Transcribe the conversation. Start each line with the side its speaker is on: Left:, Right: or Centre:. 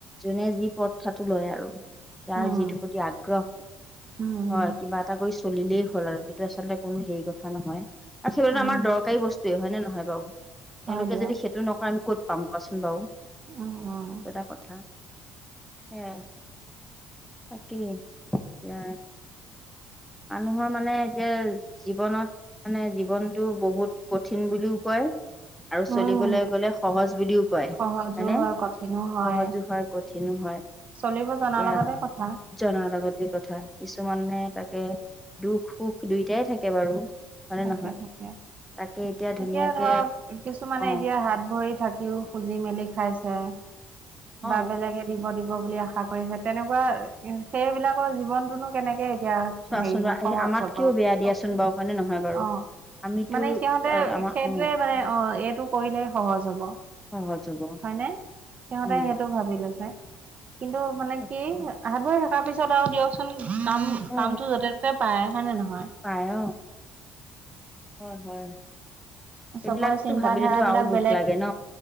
Centre: যোনে যি প্ৰথাটো লয় আৰু তাৰ
Right: উম
Centre: যিটোৰ প্ৰতি আগ্ৰহ
Right: উম,
Centre: হয় কিবা এটা কৰি চলিলেই হ'ল আৰু সেইটো আচলতে কোনো হেৰি কথা নহয়। আচলতে
Right: উম,
Centre: আমাৰ দৰকাৰী বস্তুৱয়েই হয় নে নহয় বাৰু তেওঁলোকে
Right: হয় দিয়ক।
Centre: যদি সেইটো নকৰে আমি ক'ত পাম কোৱাচোন বাৰু
Right: উম, উম,
Centre: টা কথা হে তাকেই এয়া। মানুহৰ মানে এতিয়া জীৱনত মানে জীৱনটো বহুত কঠিন বুলিও কয়। আৰু চলিবলৈ
Right: উম,
Centre: গ'লে সহজ বুলিও কয় হয়নে
Right: সহজো হয়, কঠিনো হয়।
Centre: সহজো হোৱাৰ কঠিনো হয়
Right: চলিব জনাৰ
Centre: এতিয়া
Right: লগতে কথা।
Centre: জনাৰ লগতে কথা কিছুমানে তাক তাকে দুখো দুইটাই থাকে বাৰু হয়নে
Right: থাকে
Centre: নহয়
Right: থাকে।
Centre: তাকে ধুনীয়াকে
Right: এতিয়া ধৰক কিছুমানে
Centre: অ
Right: এতিয়া হাত ভৰি থাকিও খুজি মেলি খাইছে
Centre: অ
Right: বা বেলেগে দিব দিব। বুলি আশা কৰিছে তেনেকুৱা সেইবিলাকৰ জীৱনতনো কেনেকে। এতিয়া
Centre: চোৱাচোন
Right: হেৰি
Centre: বা
Right: সহজ
Centre: এই আমাতকেও
Right: হব কওকচোন
Centre: বেয়া দিয়াচোন বাৰু হয়নে নহয় বাৰু
Right: অ।
Centre: আমিতো
Right: মানে সিহঁতে
Centre: আ- আমাৰ
Right: সেইটোৱে
Centre: অ
Right: মানে অ এইটো কৰিলে সহজ হ'ব। হয়
Centre: সহজ হ'ব
Right: ন সিহঁতে
Centre: উম
Right: সেইটো ভাবিলো চাই। কিন্তু মানে
Centre: তাকে
Right: কি হাত ভৰি থকাৰ পিছত আৰু দিয়কচোন কাম
Centre: অ
Right: কামটো য'তে ত'তে। পায় হয় নে নহয়।
Centre: পায়। হয় হয় সেইবিলাকতো
Right: চবৰে চিন্ত
Centre: ভাবিলেতো
Right: ধাৰা বিলাক
Centre: আৰু দুখ
Right: বেলেগ
Centre: লাগে ন।